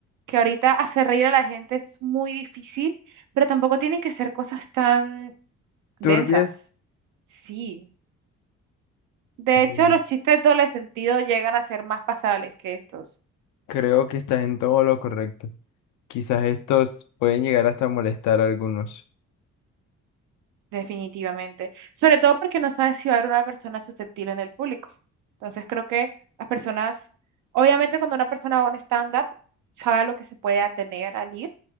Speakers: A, on the right; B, on the left.
A: que ahorita hacer reír a la gente es muy difícil, pero tampoco tienen que ser cosas tan densas.
B: turbias.
A: Sí. De
B: Mm,
A: hecho, los chistes doble sentido llegan a ser más pasables que estos.
B: Creo que estás en todo lo correcto. Quizás estos pueden llegar hasta molestar a algunos.
A: Definitivamente. Sobre todo porque no sabes si va a haber una persona susceptible en el público. Entonces creo que las personas, obviamente cuando una persona va a un stand-up, sabe a lo que se puede atener al ir